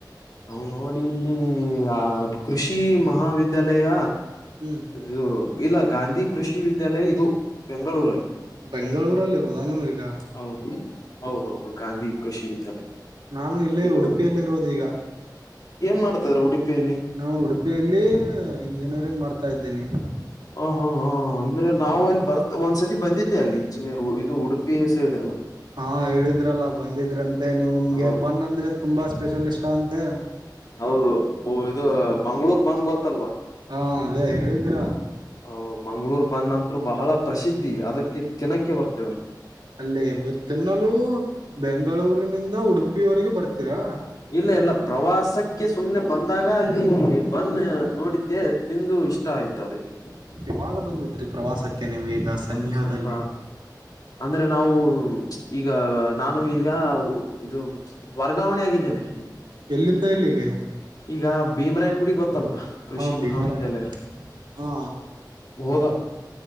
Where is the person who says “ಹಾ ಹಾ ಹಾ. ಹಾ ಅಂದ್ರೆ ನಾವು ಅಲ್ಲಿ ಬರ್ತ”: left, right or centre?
Left